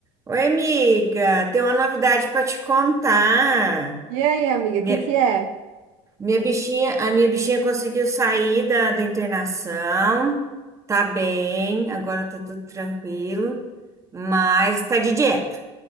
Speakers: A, on the right (about 25°); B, on the right (about 75°).
A: Oi, amiga, tem uma novidade para te contar.
B: E aí, amiga,
A: Minha,
B: o que que é?
A: minha bichinha, a minha bichinha conseguiu sair da, da internação, tá bem, agora tá tudo tranquilo, mas tá de dieta.